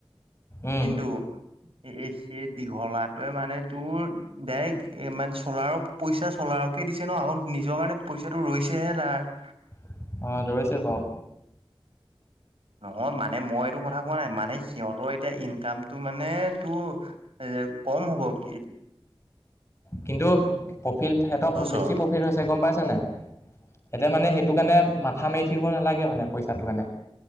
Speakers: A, on the left (about 30°); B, on the right (about 75°).
A: উম,
B: কিন্তু এ দীঘলা টোৱে মানে তোৰ ডাইৰেক্ট এ মানে চলাৰৰ পইচা চলাৰকে দিছে ন আৰু। নিজৰ কাৰণে পইচাটো ৰৈছেহে তাৰ।
A: অ, ধৰিছে বাৰু।
B: নহয় মানে মই এইটো কথা কোৱা নাই মানে সিহতৰ এতিয়া ইনকামতটো মানে তটো কম হ'ব কি?
A: কিন্তু প্ৰফিট সিহতৰ
B: বছৰ
A: বেছি প্ৰফিট হৈছে গম পাইছেনে এহতিতে মানে সেইটো কাৰণে মাথা মাৰি থাকিব নালাগে মানে পইচাটো কাৰণে